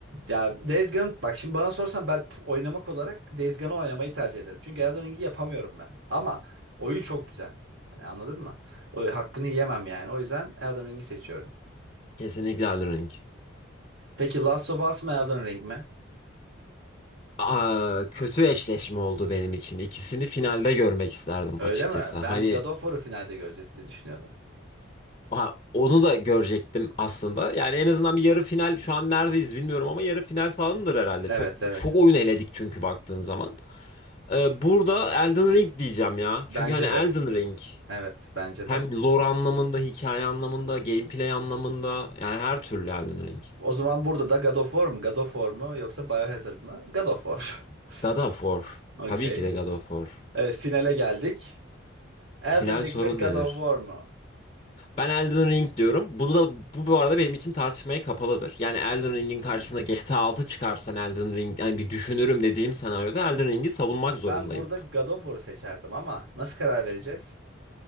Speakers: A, on the right (about 80°); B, on the left (about 25°).
A: Ya Days Gone bak şimdi bana sorsan ben p- oynamak olarak Days Gone'ı oynamayı tercih ederim. Çünkü Elden Ring'i yapamıyorum ben. Ama oyun çok güzel. Hani anladın mı? O hakkını yemem yani. O yüzden Elden Ring'i seçiyorum.
B: Kesinlikle Elden Ring.
A: Peki Last of Us mı Elden Ring mi?
B: Aa, kötü eşleşme oldu benim için. İkisini finalde görmek isterdim
A: Öyle
B: açıkçası.
A: mi?
B: Hani
A: Ben God of War'ı finalde göreceğiz diye düşünüyordum.
B: ha, onu da görecektim aslında. Yani en azından bir yarı final şu an neredeyiz bilmiyorum ama yarı final falandır herhalde.
A: Evet
B: Çok
A: evet.
B: çok oyun eledik çünkü baktığın zaman. Ee, burada Elden Ring diyeceğim ya.
A: Bence
B: Çünkü hani Elden
A: de.
B: Ring
A: Evet bence
B: hem
A: de.
B: lore anlamında, hikaye anlamında, gameplay anlamında yani her türlü Elden Ring.
A: O zaman burada da God of War mu? God of War mu? Yoksa Biohazard mı? God of War.
B: God of War.
A: <laughs> Okey.
B: Tabii ki de God of War.
A: Evet finale geldik. Elden
B: Final
A: Ring
B: sorun
A: mi? God
B: nedir?
A: of War mu?
B: Ben Elden Ring diyorum. Bu da bu bu arada benim için tartışmaya kapalıdır. Yani Elden
A: Hmm.
B: Ring'in karşısına GTA altı çıkarsan Elden Ring yani bir düşünürüm dediğim senaryoda Elden Ring'i savunmak zorundayım.
A: Ben burada God of War'u seçerdim ama nasıl karar vereceğiz?